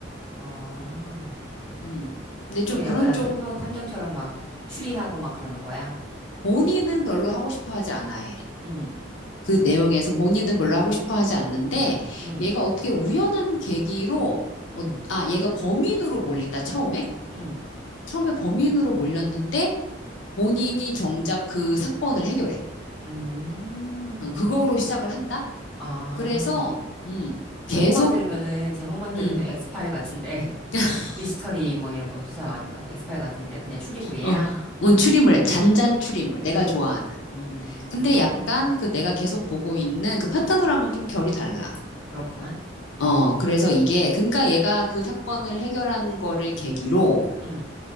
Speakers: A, in the centre; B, on the left.
A: 어.
B: 음, 근데
A: 그럼
B: 좀 그런
A: 약간
B: 쪽,
A: 탐정, 탐정처럼 막 추리하고 막 그러는 거야?
B: 본인은 별로 하고 싶어 하지 않아 해.
A: 응,
B: 그 내용에서 본인은 별로 하고 싶어 하지 않는데,
A: 응,
B: 얘가 어떻게 우연한 계기로,
A: 응,
B: 어, 아, 얘가 범인으로 몰린다, 처음에?
A: 응.
B: 처음에 범인으로 몰렸는데, 본인이 정작 그 사건을 해결해.
A: 음.
B: 어, 그거로 시작을 한다?
A: 아.
B: 그래서, 음,
A: 제목만
B: 계속,
A: 들으면은, 제목만 들으면
B: 음,
A: 엑스파일 같은데, <laughs>
B: <laughs>
A: 미스터리 뭐 이런 거 조사하는 거야. 엑스파일 같은데, 그냥 추리물이야?
B: 어, 음, 추리물에, 잔잔 추리물, 내가 좋아하는.
A: 음.
B: 근데 약간 그 내가 계속 보고 있는 그 파타노랑은 좀 결이 달라.
A: 그렇구만.
B: 어, 그래서 이게, 그러니까 얘가 그 사건을 해결한 거를 계기로,
A: 응,